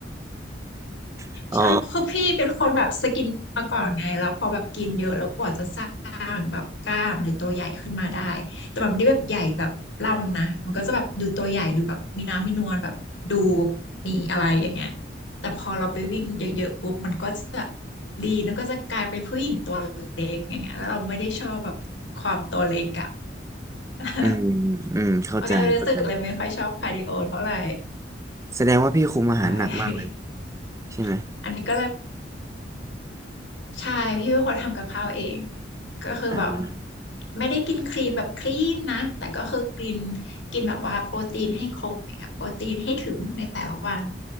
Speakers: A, on the right; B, on the left.
A: <laughs> อ๋อ
B: ใช่เพราะคือพี่เป็นคนแบบสกินมาก่อนไงแล้วพอแบบกินเยอะแล้วกว่าจะสร้างแบบกล้ามหรือตัวใหญ่ขึ้นมาได้แต่มันไม่ได้แบบใหญ่แบบล่ำนะมันก็จะแบบดูตัวใหญ่ดูแบบมีน้ำมีนวลแบบดูมีอะไรอย่างเงี้ยแต่พอเราไปวิ่งเยอะๆปุ๊บมันก็จะลีนแล้วก็จะกลายเป็นผู้หญิงตัวเล็กอย่างเงี้ยแล้วเราไม่ได้ชอบแบบความตัวเล็กอะ <laughs>
A: อืมอืมเข้าใจเข้าใจ
B: มันก็เลยรู้สึกเลยไม่ค่อยชอบคาร์ดิโอเท่าไหร่
A: แสดงว่าพี่คุมอาหารหนักมากเลย
B: ใช่
A: ใช่ไหม
B: <laughs> อันนี้ก็เลย ใช่พี่เป็นคนทำกับข้าวเองก็คือแบบ
A: อ่า
B: ไม่ได้กินคลีนแบบคลีนนะแต่ก็คือกินกินแบบว่าโปรตีนให้ครบอย่างเนียโปรตีนให้ถึงในแต่ละวัน